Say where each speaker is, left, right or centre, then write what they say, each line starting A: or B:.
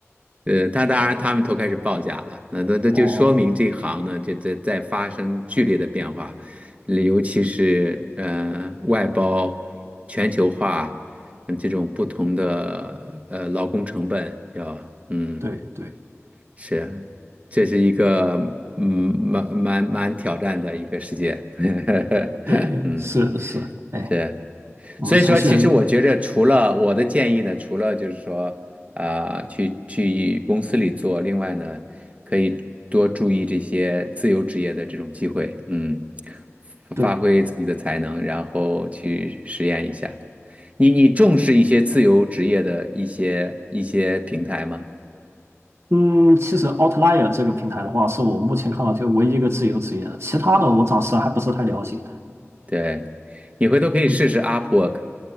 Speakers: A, on the right; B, on the right.
A: 呃，他当然他们都开始报价了，那那那就说明这行呢，
B: 哦，
A: 这这在发生剧烈的变化，尤其是呃外包、全球化，嗯这种不同的呃劳工成本要嗯。
B: 对对
A: 是，这是一个嗯，蛮蛮蛮挑战的一个世界，<laughs>
B: 对，
A: 嗯，
B: 是是，哎，
A: 是，
B: 我们程序员
A: 所以说，其实我觉着，除了我的建议呢，除了就是说，啊、去去公司里做，另外呢，可以多注意这些自由职业的这种机会，嗯，
B: 对，
A: 发挥自己的才能，然后去实验一下。你你重视一些自由职业的一些一些平台吗？
B: 嗯，其实 Outlier 这个平台的话，是我目前看到就唯一一个自由职业的，其他的我暂时还不是太了解。
A: 对，你回头可以试试
B: 嗯
A: Upwork。